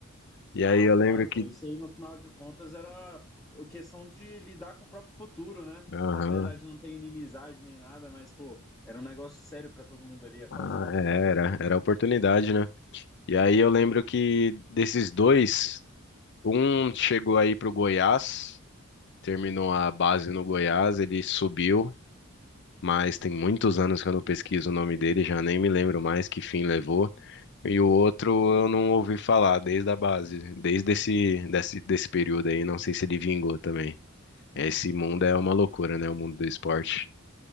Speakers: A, on the left; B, on the left.
A: E
B: Ah,
A: aí eu
B: claro,
A: lembro que,
B: pô, isso aí no final de contas era questão de lidar com o próprio futuro, né?
A: aham,
B: Apesar de não ter inimizade nem nada, mas, pô, era um negócio sério para todo mundo ali, afinal
A: ah,
B: de contas,
A: é,
B: né?
A: era, era a oportunidade, né? E aí eu lembro que desses dois, um chegou aí pro Goiás, terminou a base no Goiás, ele subiu mas tem muitos anos que eu não pesquiso o nome dele, já nem me lembro mais que fim levou. E o outro eu não ouvi falar desde a base, desde esse desse, desse período aí, não sei se ele vingou também. Esse mundo é uma loucura, né? O mundo do esporte.